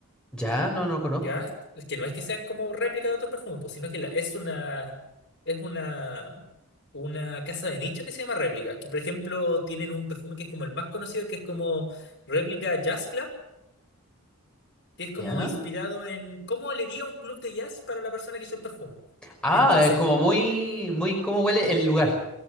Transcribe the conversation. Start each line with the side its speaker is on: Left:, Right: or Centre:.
Centre: Ya, no, no conozco.
Left: Ya, es que no es que sean como réplica de otros perfumes, pues, sino que la- es una, es una, una casa de nicho que se llama réplica. Que por ejemplo tienen un perfume que es como el más conocido, que es como réplica Jazz Club, que es como
Centre: Ya.
Left: inspirado en cómo olería un club de jazz para la persona que hizo el perfume.
Centre: Ah,
Left: Entonces,
Centre: es como muy, muy, cómo huele el lugar.